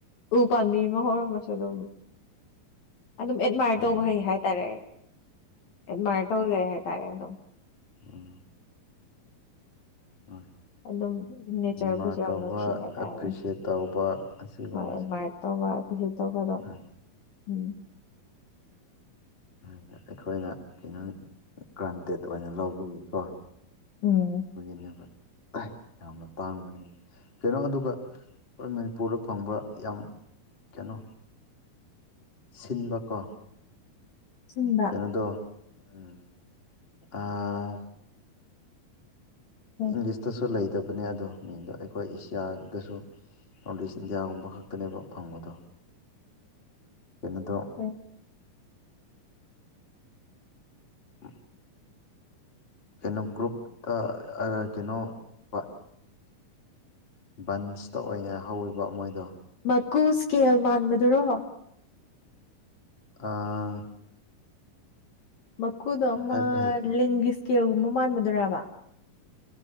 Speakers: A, on the left (about 60°); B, on the left (about 20°).
A: ꯎ ꯄꯥꯝꯕꯤ ꯑꯃ ꯍꯧꯔꯝꯃꯁꯨ ꯑꯗꯨꯝ ꯑꯗꯨꯝ ꯑꯦꯗꯃꯥꯏꯌꯔ
B: ꯎꯝ
A: ꯇꯧꯕ ꯍꯩ ꯍꯥꯏꯇꯥꯔꯦ ꯑꯦꯗꯃꯥꯏꯔ ꯇꯧꯖꯩ ꯍꯥꯏ ꯇꯥꯔꯦ ꯑꯗꯨꯝ
B: ꯑꯣ ꯍꯣꯏ ꯑꯦꯗꯃꯥꯏꯌꯔ
A: ꯑꯗꯨꯝ ꯅꯦꯆꯔꯕꯨꯁꯨ ꯌꯥꯝ
B: ꯇꯧꯕ
A: ꯅꯨꯡꯁꯤ ꯍꯥꯏꯇꯥꯔꯦ
B: ꯑꯦꯄ꯭ꯔꯤꯁꯦꯠ ꯇꯧꯕ ꯑꯁꯤꯒꯨꯝꯕꯁꯦ
A: ꯍꯣꯏ ꯑꯦꯗꯃꯥꯏꯔ ꯇꯧꯕ ꯑꯩꯕꯨꯁ ꯇꯧꯕ ꯑꯗꯣ
B: ꯎꯝ
A: ꯎꯝ
B: ꯎꯝ ꯑꯩꯈꯣꯏꯅ ꯀꯩꯅꯣ ꯒ꯭ꯔꯥꯟꯇꯦꯠ ꯑꯣꯏꯅ ꯂꯧꯕꯒꯤꯀꯣ
A: ꯎꯝ <unintelligible>
B: ꯑꯣꯏꯒꯟꯅꯕ ꯌꯥꯝꯅ ꯇꯥꯡꯕꯅꯤꯅ ꯀꯩꯅꯣ ꯑꯗꯨꯒ ꯑꯩꯈꯣꯏ ꯃꯅꯤꯄꯨꯔꯗ ꯐꯪꯕ ꯌꯥꯝ ꯀꯩꯅꯣ ꯁꯤꯟꯕꯀꯣ
A: ꯁꯤꯟꯕ
B: ꯀꯩꯅꯣꯗꯣ ꯎꯝ ꯑꯥ
A: ꯎꯝ
B: ꯏꯪꯂꯤꯁꯇꯁꯨ ꯂꯩꯇꯕꯅꯦ ꯑꯗꯣ ꯃꯤꯡꯗꯣ ꯑꯩꯈꯣꯏ ꯑꯦꯁꯤꯌꯥꯗꯁꯨ ꯄꯕ꯭ꯂꯤꯁ ꯏꯟꯗꯤꯌꯥꯒꯨꯝꯕ ꯈꯛꯇꯅꯦꯕ ꯐꯪꯕꯗꯣ ꯀꯩꯅꯣꯗꯣ
A: ꯎꯝ <unintelligible>
B: ꯎꯝ ꯀꯩꯅꯣ ꯒ꯭ꯔꯨꯞꯇ ꯑ ꯀꯩꯅꯣ ꯕꯠ ꯕꯟꯁꯇ ꯑꯣꯏꯅ ꯍꯧꯋꯦꯕ ꯃꯣꯏꯗꯣ
A: ꯃꯀꯨ ꯏꯁꯀꯦꯜ ꯃꯥꯟꯕꯗꯨꯔꯣ
B: ꯑꯥ
A: ꯃꯀꯨꯗꯣ ꯑꯃ
B: ꯍꯥꯏꯕ ꯍꯩ
A: ꯂꯤꯟꯒꯤ ꯏꯁꯀꯦꯜꯒꯨꯝꯕ ꯃꯥꯟꯕꯗꯨꯔꯥꯕꯥ